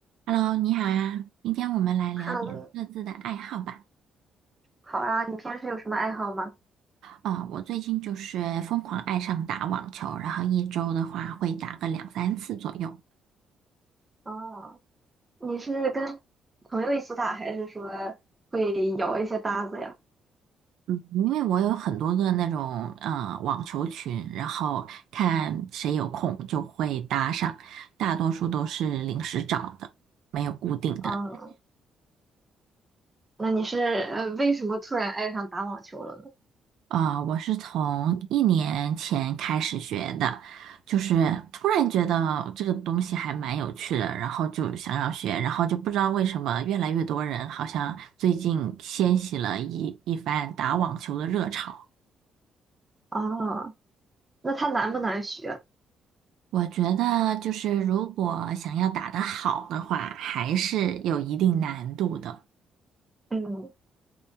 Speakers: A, on the right; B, on the right.
A: Hello，你好啊！今天我们来聊点各自的爱好吧。
B: 看了，好啊，你平时有什么爱好吗？
A: 哦，我最近就是疯狂爱上打网球，然后一周的话会打个两三次左右。
B: 哦，你是跟朋友一起打，还是说会摇一些搭子呀？
A: 嗯，因为我有很多个那种呃网球群，然后看谁有空就会搭上，大多数都是临时找的，没有固定的。
B: 哦，那你是呃为什么突然爱上打网球了呢？
A: 啊，我是从一年前开始学的，就是突然觉得这个东西还蛮有趣的，然后就想要学，然后就不知道为什么越来越多人好像最近掀起了一一番打网球的热潮。
B: 哦，那它难不难学？
A: 我觉得就是如果想要打得好的话，还是有一定难度的。
B: 嗯，